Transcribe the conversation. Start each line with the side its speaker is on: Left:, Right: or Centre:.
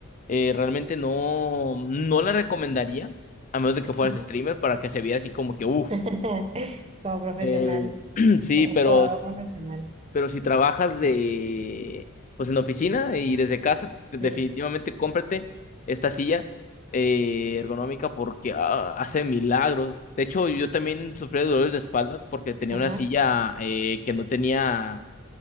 Left: eh, realmente no, no la recomendaría, a menos de que fueras
Right: ujú.
Left: streamer, para que se viera así como que, uff.
Right: <laughs> Como profesional.
Left: <clears throat> sí,
Right: como
Left: pero
Right: jugador profesional.
Left: pero si trabajas de, pues en oficina y desde casa, pues,
Right: Sí.
Left: definitivamente cómprate esta silla eh, ergonómica porque ah, hace milagros. De hecho, yo también sufría de dolores de espalda porque tenía
Right: Ajá.
Left: una silla eh, que no tenía,